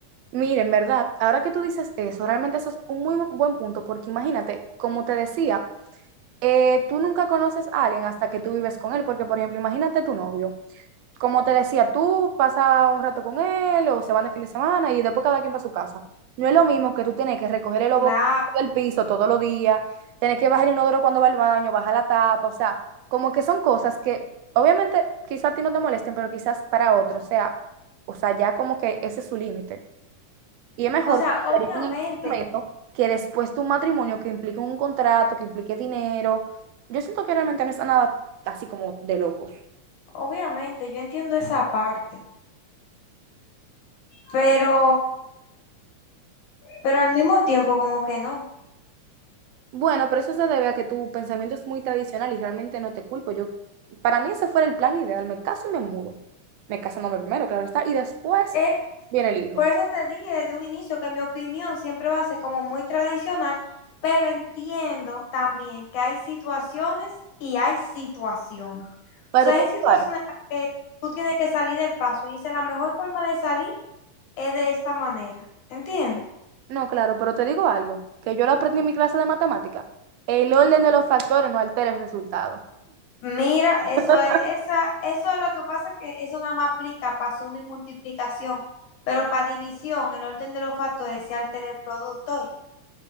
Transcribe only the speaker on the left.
Claro.
O sea,
obviamente,
obviamente, yo entiendo esa parte, pero pero al mismo tiempo como que no.
Eh,
por eso te dije desde un inicio que mi opinión siempre va a ser como muy tradicional, pero entiendo también que hay situaciones y hay situaciones.
O sea,
hay
situaciones
en las que tú tienes que salir del paso y dices, la mejor forma de salir es de esta manera, ¿entiendes?
Mira, eso
es, esa, eso es lo que pasa, que eso nada más aplica para suma y multiplicación, pero para división, el orden de los factores se altera el producto.